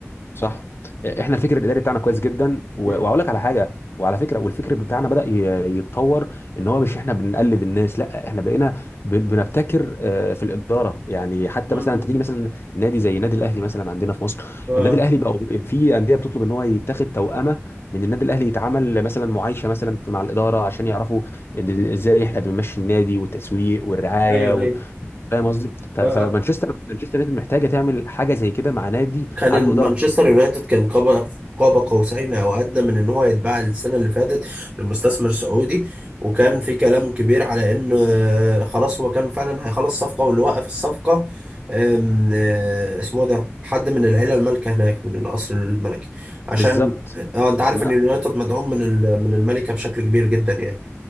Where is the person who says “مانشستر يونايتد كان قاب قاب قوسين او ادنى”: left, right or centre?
Right